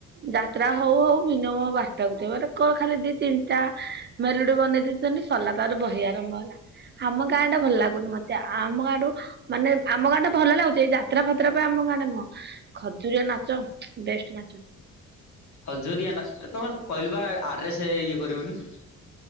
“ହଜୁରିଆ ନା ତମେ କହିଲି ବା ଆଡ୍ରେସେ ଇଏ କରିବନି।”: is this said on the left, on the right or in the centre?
Left